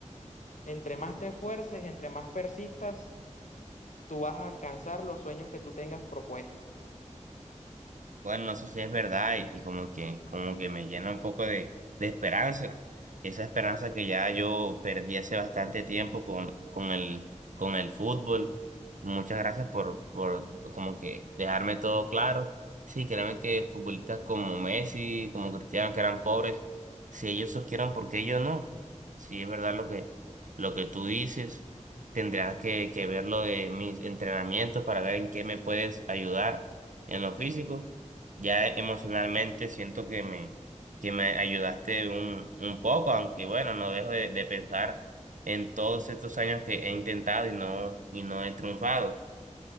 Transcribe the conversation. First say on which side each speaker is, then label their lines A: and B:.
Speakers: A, on the left; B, on the right.
A: entre más te esfuerces, entre más persistas, tú vas a alcanzar los sueños que tú tengas propuestos.
B: Bueno, eso sí es verdad y, y como que, como que me llena un poco de, de esperanza. Esa esperanza que ya yo perdí hace bastante tiempo con, con el, con el fútbol. Muchas gracias por, por como que dejarme todo claro. Sí, créeme que futbolistas como Messi, como Cristiano, que eran pobres, si ellos surgieron, ¿por qué yo no? Sí, es verdad lo que, lo que tú dices. Tendrás que, que ver lo de mis entrenamientos para ver en qué me puedes ayudar en lo físico. Ya emocionalmente siento que me, que me ayudaste un, un poco, aunque bueno, no dejo de, de pensar en todos estos años que he intentado y no, y no he triunfado.